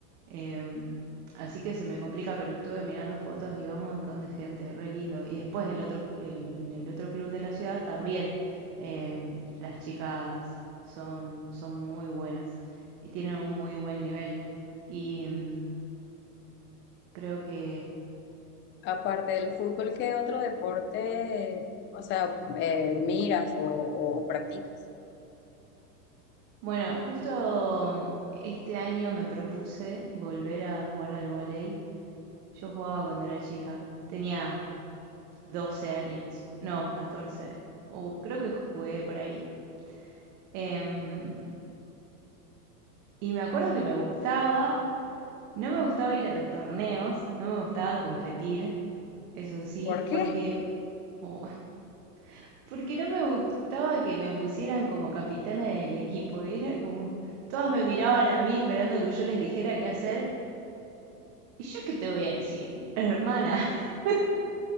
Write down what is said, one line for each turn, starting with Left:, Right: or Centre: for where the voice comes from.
Right: em, así que se me complica, pero estuve mirando fotos y va un montón de gente, re lindo. Y después el otro, el, el otro club de la ciudad también, em, las chicas son, son muy buenas y tienen un muy buen nivel. Y mm, creo que
Left: Aparte del fútbol, ¿qué otro deporte, o sea, eh, miras o, o practicas?
Right: Bueno, justo mm, este año me propuse volver a jugar al vóley. Yo jugaba cuando era chica. Tenía 12 años. No, 14, O creo que jugué por ahí. Em, y me acuerdo que me gustaba. No me gustaba ir a los torneos. No me gustaba competir. Eso sí,
Left: ¿Por qué?
Right: porque... oh, <laughs> porque no me gustaba que me pusieran como capitana del equipo. Era como... Todas me miraban a mí esperando que yo les dijera qué hacer ¿Y yo qué te voy a decir?
Left: <laughs>
Right: Hermana. <laughs>